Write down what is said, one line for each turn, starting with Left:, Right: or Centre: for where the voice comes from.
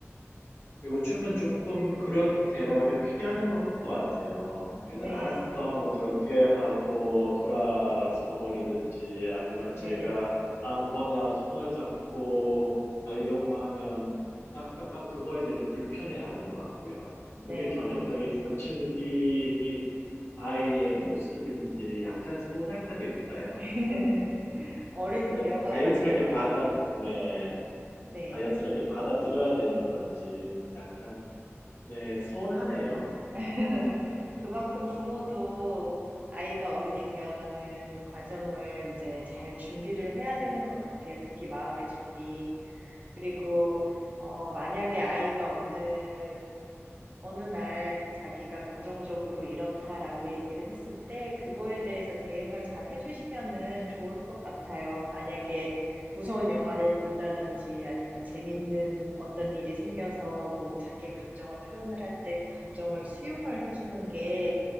Left: 요즘은 조금 그런 대화를 피하는 것 같아요. 그래서
Right: 네,
Left: 알았어, 뭐 그렇게 하고 돌아서 버리든지 아니면
Right: 네,
Left: 제가 안거나 손을 잡고 가려고 하면 약간 그거에 대해서 불편해하는 것 같고요.
Right: 네.
Left: 그게 전형적인 사춘기 아이의 모습인지 약간 서운할 때도 있어요.
Right: <laughs> 어른이
Left: 그래서
Right: 되어가고
Left: 자연스럽게
Right: 있는 과정이니.
Left: 받아, 네,
Right: 네.
Left: 자연스럽게 받아들여야 되는 건지 약간, 네, 서운하네요.
Right: <laughs> 그만큼 부모도 아이가 어른이 되어가는 과정을 이제 잘 준비를 해야 되는 것 같아요. 특히 마음의 준비. 그리고, 어, 만약에 아이가 어느 어느 날 자기가 감정적으로 이렇다라고 얘기를 했을 때 그거에 대해서 대응을 잘 해주시면은 좋을 것 같아요. 만약에 무서운 영화를 본다든지 아니면 재밌는 어떤 일이 생겨서 뭐 자기의 감정을 표현을 할 때 그 감정을 수용을 해주는 게